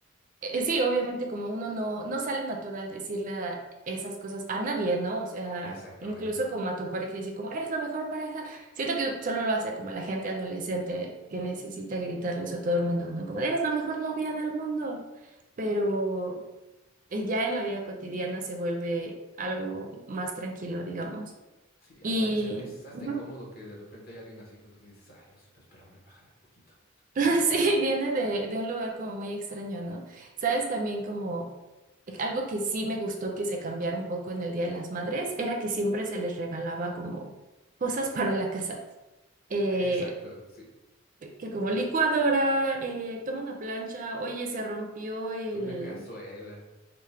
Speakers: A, on the right (about 40°); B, on the left (about 45°).
A: Eh, Sí, obviamente como uno no, no sale natural decirle a- esas cosas a nadie, ¿no? O sea,
B: Exactamente.
A: incluso como a tu pareja decir como, eres la mejor pareja. Siento que solo lo hace como la gente adolescente que necesita gritarles a todo el mundo, ¿no? Como, eres la mejor novia del mundo. Pero eh, ya en la vida cotidiana se vuelve algo más tranquilo, digamos.
B: Sí,
A: Y...
B: hasta, se- es hasta
A: Ujú.
B: incómodo que de repente hay alguien así junto a ti y dices, ay, pues, espérame, bájale un poquito.
A: <laughs> Sí, viene de, de un lugar como muy extraño, ¿no? Sabes, también como algo que sí me gustó que se cambiara un poco en el Día de las Madres era que siempre se les regalaba como cosas para la casa. Eh,
B: Eh, Exacto, sí.
A: que como licuadora, eh, toma una plancha, oye, se rompió el...
B: Una cazuela.